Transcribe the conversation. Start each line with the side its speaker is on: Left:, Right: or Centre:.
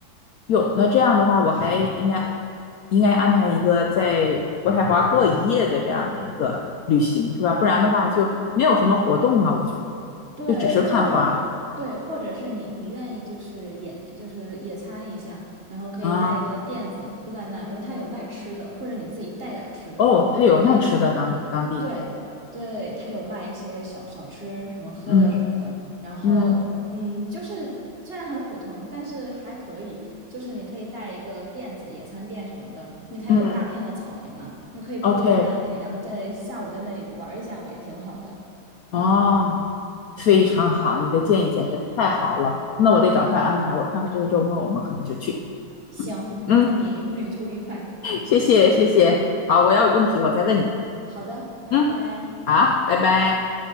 Left: 有，那这样的话，我还应该应该安排一个在渥太华过一夜的这样的一个旅行，是吧？不然的话就没有什么活动了，
Right: 呃，
Left: 我觉得
Right: 对，
Left: 就只是看花了
Right: 或者是对，或者是你你愿意就是野就是野餐一下，然后可以带一个垫子铺在那儿，
Left: 啊。
Right: 然后他有卖吃的，或者你自己带点儿吃的，
Left: 哦，他有卖吃的当当地，
Right: 你就可以。对对，他有卖一些小小吃，什么喝的什么的。
Left: 嗯
Right: 然后，
Left: 嗯
Right: 嗯，就是虽然很普通，但是还可以。就是你可以带一个垫子、野餐垫什么的，因为它有大片的草坪嘛，
Left: 嗯
Right: 你可以铺在那里，
Left: ，OK，
Right: 然后在下午在那里玩一下午也挺好的。
Left: 哦，非常好，你的建议简直太好了，那我得赶快安排，我看看这个周末我们可能就去。
Right: 行，
Left: 嗯，
Right: 祝你旅途愉快。
Left: 谢谢谢谢，好，我要有问题我再问你。
Right: 好的，拜拜。
Left: 嗯，好，拜拜。